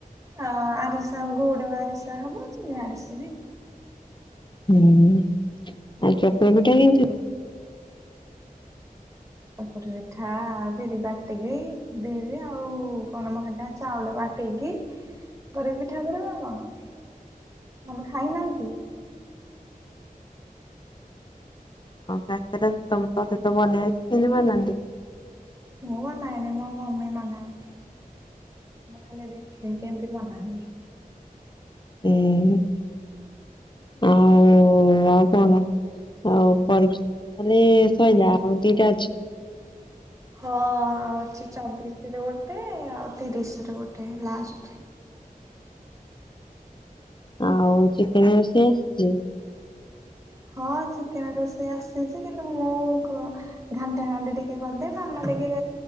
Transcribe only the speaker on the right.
ହଁ ଆରିସା ଗୁଡ ଆରିସା ହବ ଚିନି ଆରିସା ବି ହବ।
କୁରି ପିଠା ବିରି ବାଟିକି ବିରି ଆଉ କଣମ ହେଟା ଚାଉଳ ବାଟେଇକି ପି ପିଠା କରିବା ଆଉ କଣ? ତମେ ଖାଇନାହା କି?
ମୁଁ ବନାଏନି ମୋ ମମି ବନାଏ। ମୁଁ ଖାଲି ଦେଖେ କେମିତି ଵନାନ୍ତି।
ହଁ ଅଛି ଚବିଶରେ ଗୋଟେ ଆଉ ତିରିଶରେ ଗୋଟେ ଲାଷ୍ଟ।
ହଁ ଚିକେନ ରୋଷେଇ ଆସିଛି କିନ୍ତୁ ମୁଁ କଣ ଘାଣ୍ଟା ଘାଣ୍ଟି ଟିକେ କରିଦିଏ ମାମା ଟିକେ